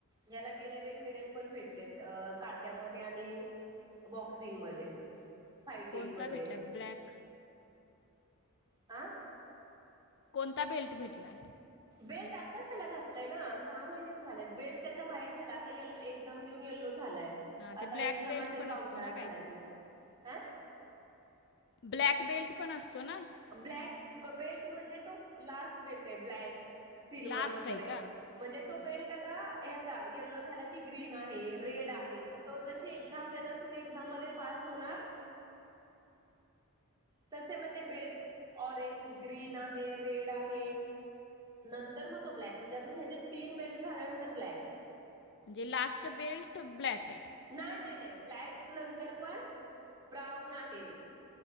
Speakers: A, on the right; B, on the left.
A: ह्याला गेल्या वेळी मिडल पण भेटलेत अ कात्यामध्ये आणि बॉक्सिंगमध्ये फायटिंगमध्ये
B: कोणता भेटलाय ब्लॅक
A: आं
B: कोणता बेल्ट भेटलाय
A: बेल्ट आत्ताच त्याला घातलंय ना सहा महिनेच झालेय बेल्ट त्याचा व्हाईट झाला आता यलो एक झाम देऊन येल्लो झालाय
B: हां ते
A: आता
B: ब्लॅक
A: एकझाम
B: बेल्ट
A: असेल
B: पण
A: पावसाळा
B: असतो ना
A: झाला
B: काहीतरी
A: की. आ?
B: ब्लॅक बेल्ट पण असतो ना?
A: ब्लॅक बेल्ट म्हणजे तो लास्ट बेल्ट आहे ब्लॅक सिल्वर
B: लास्ट
A: वगैरे
B: आहे का हम्म.
A: म्हणजे तो बेल्ट आ हचा यलो झाला की ग्रीन आहे रेड आहे मग तो जशी एक्झाम दे तुम्ही एक्झाम मध्ये पास होणार तसे मग ते बेल्ट ऑरेंज ग्रीन आहे रेड आहे नंतर मग तो ब्लॅक म्हणजे अजून ह्याच्या तीन बेल्ट झाल्यानंतर ब्लॅक आहे
B: म्हणजे लास्ट बेल्ट ब्लॅक आहे
A: नाही नाही नाही ब्लॅक नंतर पण ब्राऊन आहे